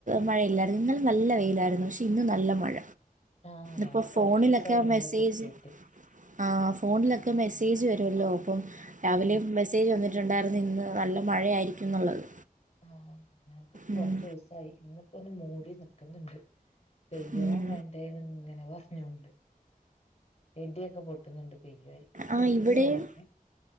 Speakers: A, on the right (about 55°); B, on the left (about 45°).
A: മഴയില്ലായിരുന്നു ഇന്നലെ നല്ല വെയിലായിരുന്നു പക്ഷെ ഇന്ന നല്ല മഴ
B: ആ ഞങ്ങക്ക്
A: ഇപ്പോൊ ഫോണിലൊക്കെ
B: കൊറച്ച് ദിവസായി മഴ
A: മെസ്സേജ്
B: കിട്ടിയിട്ട്
A: ആ ഫോണിലൊക്കെ മെസ്സേജ് വരുമല്ലോ അപ്പം രാവിലെ
B: ആ
A: മെസ്സേജ് വന്നിട്ട രണ്ടായിരരുന്നു ഇന്ന് നല്ല മഴയായിരിക്കും എന്നുള്ളത്
B: ആഹ ഞങ്ങക്കിപ്പോ കൊറച്ച
A: ഉം.
B: ദിവസായി ഇന്നിപ്പോ ഒന്ന മൂടി നിക്കുന്നുണ്ട് പെയ്യണം
A: ഉം.
B: വേണ്ടേന്ന് ഇങ്ങനെ പറഞ്ഞുണ്ട് ഇ ടിയൊക്കെ പൊട്ടുന്നുണ്ട് പെയ്യുവായിരിക്കും വിചാരിക്കുന്നു
A: ആ ഇവിടെയും
B: രാത്രി